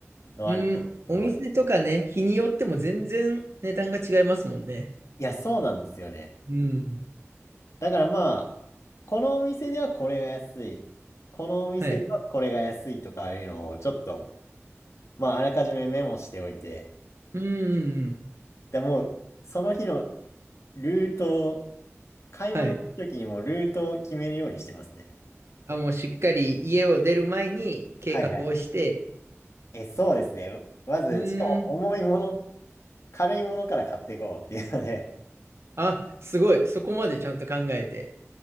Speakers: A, on the left; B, on the right.
A: のあると思うんですけど、
B: うんはいはいうんお店とかね、日によっても全然値段が違いますもんね。
A: いや、そうなんですよね。
B: うん。
A: だからまあ、このお店ではこれが安い。このお店ではこれが安いとかいうのをちょっと、
B: はい。
A: まああらかじめメモしておいて、
B: うんうんうん。
A: でもうその日のルートを、買い物の時にもルートを決めるようにしてますね。
B: はい。あ、もうしっかり家を出る前に計画をして、
A: はいはい。え、そうですね。まず、
B: うーん。
A: しかも重いもの、軽いものから買っていこうっていうので、
B: あ、すごい。そこまでちゃんと考えて。